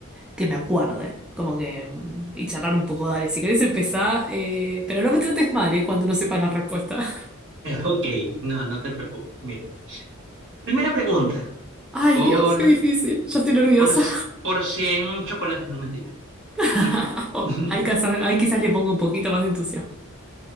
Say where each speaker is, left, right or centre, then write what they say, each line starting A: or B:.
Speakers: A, in the centre; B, on the right.
A: que me acuerde. Como que... mm, Y charlar un poco, dale. Si querés empezar, eh, pero no me trates mal, ¿eh? Cuando no sepas la respuesta. <laughs>
B: Ok, no, no te preocupes. Mira, primera pregunta,
A: Ay,
B: por,
A: Dios, qué difícil. Ya estoy nerviosa.
B: por, por 100 chocolates, no mentira.
A: <laughs>
B: Dice,
A: Oh,
B: <laughs>
A: ahí quizás, ahí quizás le pongo un poquito más de entusiasmo.